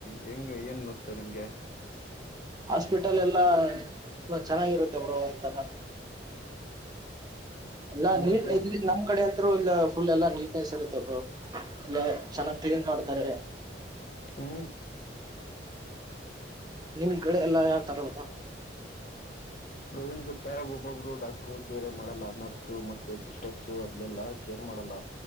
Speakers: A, on the left; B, on the right.
A: ಹೆಂಗ ಏನ್ ಅನ್ಸುತ್ತೆ ನಿಮ್ಗೆ.
B: ಹಾಸ್ಪಿಟಲ್ ಎಲ್ಲಾ ಚೆನ್ನಾಗಿರುತ್ತೆ ಬ್ರೋ ಒಂದ್ ತರ. ಎಲ್ಲ
A: ಇಲ್ಲ
B: ನೀ <unintelligible>
A: ಬ್ರೋ
B: ನಮ್ ಕಡೆ ಅಂತರು ಇಲ್ಲ ಫುಲ್ ಎಲ್ಲಾ ನೀಟ್ನೆಸ್ ಇರುತ್ತೆ ಬ್ರೋ ಎಲ್ಲ ಚೆನ್ನಾಗ್ ಕ್ಲೀನ್ ಮಾಡ್ತಾರೆ.
A: ಹೂ
B: ನಿಮ್ ಕಡೆ ಎಲ್ಲಾ ಯಾವ ತರ ಬ್ರೋ.
A: ಬ್ರೋ ಏನ್ ಗೊತ್ತಾ ಒಬ್ಬೊಬ್ರು ಡಾಕ್ಟ್ರ್ ಕೇರೆ ಮಾಡಲ್ಲ ನರ್ಸ್ ಮತ್ತೆ ಸಿಸ್ಟರ್ಸು ಅದ್ಲೆಲ್ಲಾ ಕೇರ್ ಮಾಡಲ್ಲ.